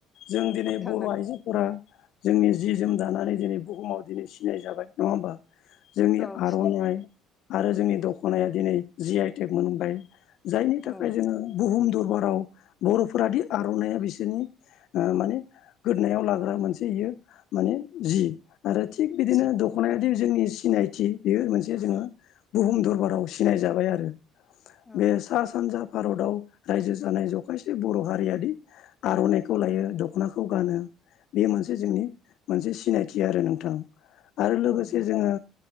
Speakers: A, on the left (about 65°); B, on the left (about 20°).
A: जों
B: औ
A: दिनै
B: फोथांनानै
A: बर' आइज जोंनि जि जोम दानानै दिनै बुहुमाव दिनै सिनाय जाबाय नङा होमबा जोंनि
B: औ
A: आर'नाइ
B: सिनाय
A: आरो जोंनि
B: उम
A: दख'नाया दिनै जि आइटेक मोनबाय जायनि थाखाय
B: औ
A: जोङो बुहुम दरबाराव बर'फोरादि आर'नाइ आ बिसोरनि ओ माने गोदनायाव लाग्रा मोनसे इयो माने जि। आरो थिग बिदिनो
B: जि
A: दख'नायाद जोंनि सिनायथि बेयो मोनसे जोङो बुहुम दरबाराव सिनायजाबाय आरो
B: औ
A: बे सा सानजा भारताव रायजो जानाय जखायसे बर' हारियाद आर'नाइखौ लायो दख'नाखौ गानो बे मोनसे
B: उम
A: जोंनि मोनसे सिनायथि आरो नोंथां आरो लोगोसे
B: औ नों
A: जोङो